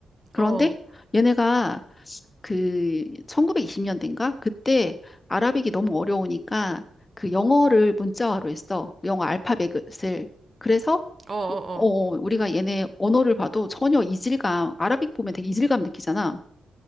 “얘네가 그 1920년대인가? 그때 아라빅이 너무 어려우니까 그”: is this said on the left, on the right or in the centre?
Left